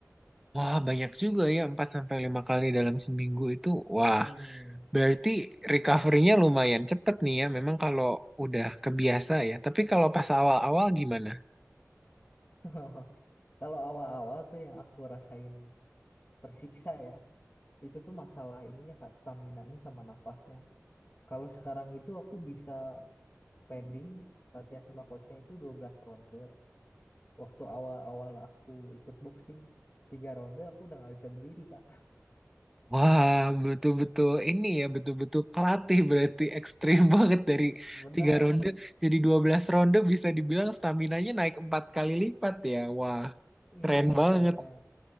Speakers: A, in the centre; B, on the left.
A: Wah, banyak juga ya, 4 sampai 5 kali dalam seminggu itu. Wah,
B: Mm-mm.
A: berarti recovery-nya lumayan cepet nih ya, memang kalau udah kebiasa ya. Tapi kalau pas awal-awal gimana?
B: <laughs> Kalau awal-awal tuh yang aku rasain tersiksa ya, itu tuh masalah ininya Kak, staminanya sama nafasnya. Kalau sekarang itu aku bisa padding, latihan sama coachnya itu 12 ronde. Waktu awal-awal aku ikut boxing, tiga ronde aku udah nggak bisa berdiri Kak.
A: Wah, betul-betul ini ya, betul-betul kelatih berarti ekstrim <laughs> banget dari
B: <laughs> Benar,
A: tiga ronde jadi dua belas ronde bisa dibilang stamina-nya naik empat kali lipat ya. Wah.
B: iya
A: Keren banget.
B: makanya.